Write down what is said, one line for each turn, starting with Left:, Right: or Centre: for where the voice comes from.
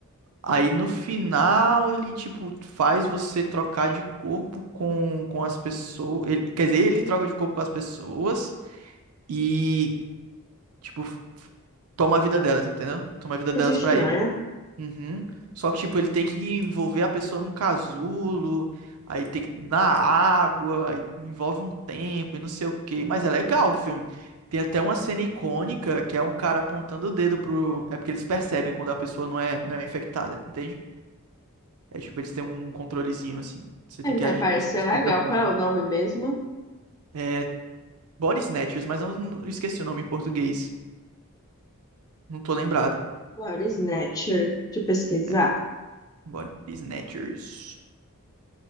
Right: Aí no final ele tipo faz você trocar de corpo com, com as pessoas. Ele, quer dizer, ele troca de corpo com as pessoas e tipo f- toma a vida delas, entendeu? Toma a vida
Left: coisa
Right: delas
Left: estranha.
Right: pra ele. Uhum. Só que tipo ele tem que envolver a pessoa num casulo, aí tem que na água, aí envolve um tempo e não sei o quê. Mas é legal o filme. Tem até uma cena icônica que é um cara apontando o dedo pro. É porque eles percebem quando a pessoa não é, não é infectada, entende? É tipo, eles têm um controlezinho assim. Você
Left: É,
Right: tem
Left: Vai
Right: que agir
Left: parecer
Right: de de
Left: legal.
Right: certa forma.
Left: Qual é o nome mesmo?
Right: É Body Snatchers, mas eu não eu esqueci o nome em português. Não tô lembrado.
Left: Body Snatcher. Deixa eu pesquisar.
Right: É, Body Snatchers.